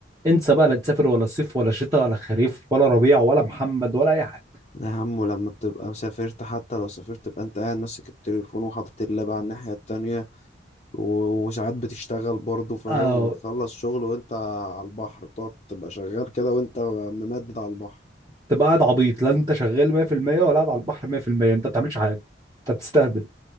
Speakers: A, on the right; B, on the left.
A: انسى بقى لا تسافر ولا صيف ولا شتاء ولا خريف ولا ربيع ولا محمد ولا اي حاجه
B: ده يا عمو لما بتبقى مسافرت حتى لو سافرت تبقى انت قاعد ماسك التليفون وحاطط اللاب على الناحية التانية و- وساعات بتشتغل برضه فاهم
A: اه
B: وتخلص شغل وانت على البحر بتقعد تبقى شغال كده وانت ممدد على البحر
A: تبقى قاعد عبيط لا انت شغال 100% ولا قاعد على البحر 100% انت ما بتعملش حاجه انت بتستهبل